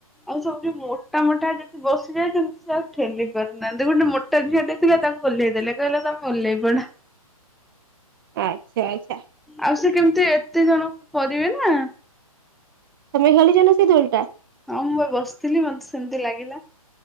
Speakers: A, in the centre; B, on the right.
A: ଆଉ ସବୁଠି ମୋଟା ମୋଟା ଯା। ବସଯାଉଛନ୍ତି ସେ ଆଉ ଠେଲି ପାରୁନାହାନ୍ତି ଗୋଟେ ମୋଟା ଝିଅରେ ଥିଲା ତାକୁ ଓହ୍ଲେଇ ଦେଲେ କହିଲେ ତମେ ଓହ୍ଲେଇ ପଡ।
B: ଆଚ୍ଛା ଆଚ୍ଛା।
A: ଆଉ ସେ କେମିତି ଏତେ ଜଣ କରିବେ ନା।
B: ତମେ ଖେଳିଚ ନା ସେଇ ଦୋଳି ଟା।
A: ହଁ ମୁଁ ପା ବସିଥିଲି ମତେ ସେମିତି ଲାଗିଲା।